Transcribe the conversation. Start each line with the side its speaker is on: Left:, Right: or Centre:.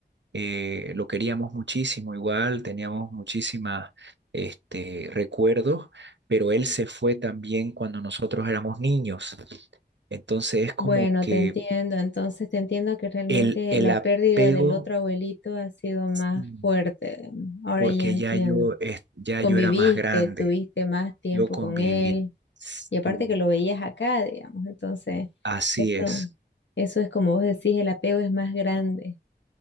Right: eh, lo queríamos muchísimo igual, teníamos muchísimas este, recuerdos, pero él se fue también cuando nosotros éramos niños. Entonces es como
Left: Bueno,
Right: que
Left: te entiendo. Entonces te entiendo que realmente
Right: el, el
Left: la
Right: apego,
Left: pérdida del otro abuelito ha sido más
Right: mm,
Left: fuerte. mm, Ahora
Right: porque
Left: ya entiendo.
Right: ya yo, es- ya
Left: conviviste,
Right: yo era más grande,
Left: tuviste más tiempo
Right: yo conviví.
Left: con él,
Right: Sí,
Left: y aparte que lo veías acá, digamos, entonces,
Right: así
Left: eso,
Right: es.
Left: eso es como vos decís, el apego es más grande.